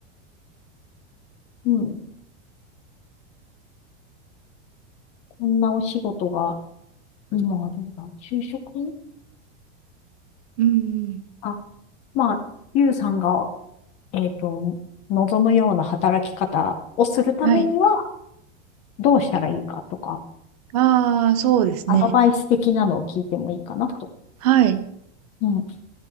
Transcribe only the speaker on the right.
うんうん。
はい。
ああ、そうですね。
はい。